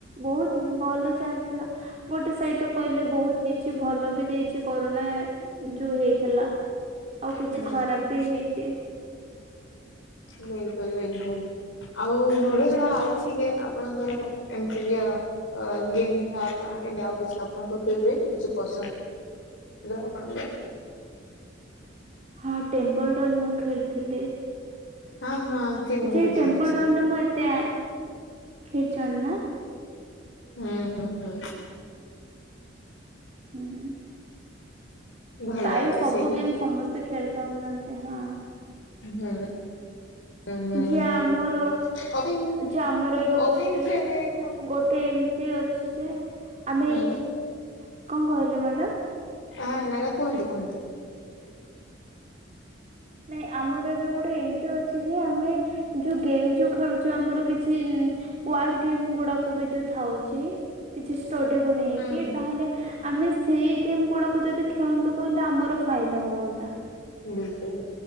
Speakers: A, on the right; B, on the left.
A: ବହୁତ ଭଲ ଚାଲିଥିଲା। ଗୋଟେ ସେଇଟୁ କହିଲେ ବହୁତ କିଛି ଭଲ ବି ଦେଇଛି କରୋନା ଯୋଉ ହେଇଥିଲା ଆଉ କିଛି
B: ହୁଁ
A: ଖରାପ ବି ହେଇଛି।
B: ବିଲକୁଲ ବିଲକୁଲ ଆଉ ନୁଡଲ ଯା ଆଉଛି କି ଆପଣଙ୍କର ଏମିତି କି? ଗେମିଙ୍ଗ ଆପ କିଛି ଆପଣଙ୍କ ଫେବଟ କି ପସନ୍ଦ ଆ୍ର ଆପଣଙ୍କର?
A: ହଁ ଟେମ୍ପଲ୍ ରନ୍ ମୁଁ ଖେଳିଥିଲି।
B: ହଁ ହଁ ସେ ମୁଁ
A: ଯେ
B: ବି ଖେଳିଛି
A: ଟେମ୍ପଲ ରନ ମୁଁ ଏତେ ଖେଳିଛନ୍ତି ନା?
B: ହୁଁ ହୁଁ ହୁଁ
A: ହୁଁ
B: ଭଲ
A: ପ୍ରାୟ
B: ଲାଗେ
A: ସବୁ
B: ସିଏ
A: ଗେମ୍ ସମସ୍ତେ ଖେଳିଥାଉଛନ୍ତି। ହଁ
B: ହଁ ହଁ
A: ଯେ ଆମର
B: ହ
A: ଯେ ଆମର
B: ଅଫ
A: ଏବେ ଗୋଟେ ଗୋଟେ ଏମିତି ଅଛି ଯେ ଆମେ
B: ହୁଁ ହଁ
A: କଣ କହିଲେ ମ୍ୟାଡାମ?
B: ହଁ ନଲେ କୁହନ୍ତୁ କୁହନ୍ତୁ?
A: ନାଇଁ ଆମର ଏବେ ଗୋଟେ ଏମିତି ଅଛି ଯେ ଆମେ ଯୋଉ ଗେମ ଯୋଉ ଖେଳୁଛୁ ଆମର କିଛିାର୍ ଗେମ୍ ଗୁଡା କ ବି ଯୋଉ ଥାଉଛି କିଛି ଷ୍ଟଡି କୁ ନେଇକି
B: ହୁଁ ହୁଁ।
A: ତାହେଲେ ଆମେ ସେଇ ଗେମ୍ ଗୁଡାକୁ ଯଦି ଖେଳନ୍ତୁ କହିଲେ ଆମର ଫାଇଦା ହୁଅନ୍ତା
B: ବିଲକୁଲ